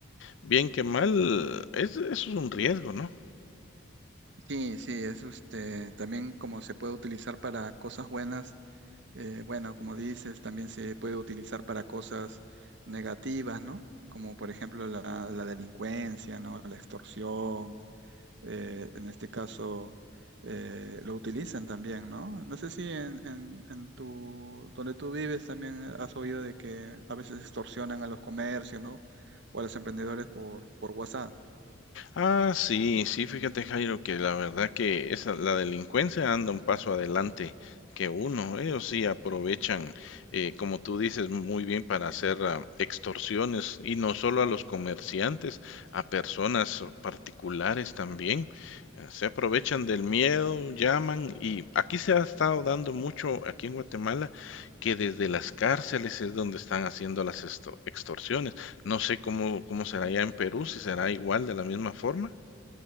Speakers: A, on the left; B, on the right.
A: bien que mal, es, eso es un riesgo, ¿no?
B: Sí, sí, es este, también como se puede utilizar para cosas buenas Eh, bueno, como dices, también se puede utilizar para cosas negativas, ¿no? Como por ejemplo la, la delincuencia, ¿no? La extorsión, eh, en este caso eh, lo utilizan también, ¿no? No sé si en, en, en tu, donde tú vives también eh, has oído de que a veces extorsionan a los comercios, ¿no? O a los emprendedores por, por WhatsApp.
A: Ah, sí, sí, fíjate, Jairo, que la verdad que esa, la delincuencia anda un paso adelante que uno. Ellos sí aprovechan, eh, como tú dices, muy bien para hacer ah, extorsiones y no solo a los comerciantes, a personas particulares también. Eh, se aprovechan del miedo, llaman y aquí se ha estado dando mucho, aquí en Guatemala, que desde las cárceles es donde están haciendo las esto- extorsiones. No sé cómo, cómo será allá en Perú, si será igual de la misma forma.